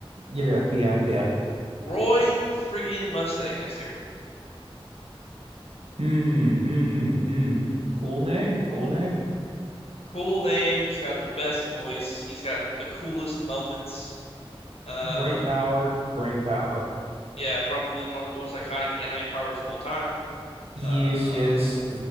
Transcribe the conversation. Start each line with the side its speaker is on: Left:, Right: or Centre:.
Right: Yeah, yeah, yeah.
Left: Roy friggin' Mustang Esther,
Right: Hmm, hmm, hmm. Cool name, cool name.
Left: cool name. He's got the best voice. He's got the coolest moments. Uh,
Right: Great power, great power.
Left: yeah, probably one of the most iconic anime powers of all time.
Right: Yes,
Left: Uh,
Right: yes.